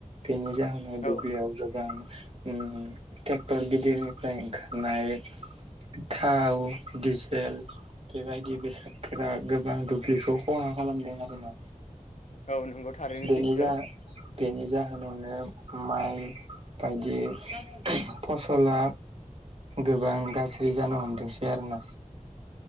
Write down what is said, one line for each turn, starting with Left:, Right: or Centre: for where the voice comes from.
Right: बेनि जाहोनाव
Left: औ
Right: दुब्लियाव गोबां ट्रेक्टर गिदिरनिफ्राय ओंखारनाय थाव डिजेल बेबायदि बेसादफोरा गोबां दुब्लिखौ खहा खालामदों आरोना
Left: औ नंगौ थारैनो
Right: बेनि
Left: सैथो
Right: जा बेनि जाहोनावनो माइ बायदि फसला गोबां गासै फ्रि जानो हमदोंसै आरोना